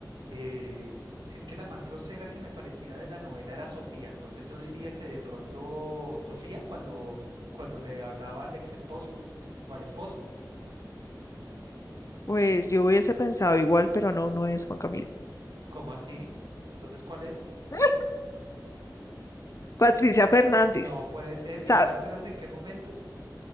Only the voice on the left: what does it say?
Pues yo hubiese pensado igual, pero no, no es Juan Camilo.
<laughs> Patricia Fernández.
Sa-